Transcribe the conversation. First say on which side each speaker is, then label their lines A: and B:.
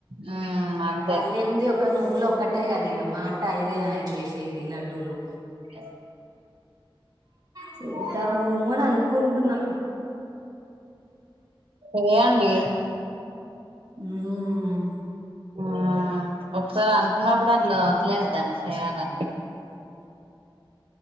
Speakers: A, on the right (about 80°); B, on the right (about 45°).
A: మ్మ్ అంతే
B: ఇక అల్లే ఏముందీ అక్క నువ్వులు ఒక్కటే కద ఇక మహా అంటే ఐదే నా చేసేది లడ్డూలు
A: చె
B: చేద్దాము అని అనుకుంటున్నా
A: <inaudible> చేయండి
B: హ్మ్
A: ఆ ఒకసారి అనుకున్నప్పుడు అట్లా వదిలేయద్దు దాన్ని చేయాలండి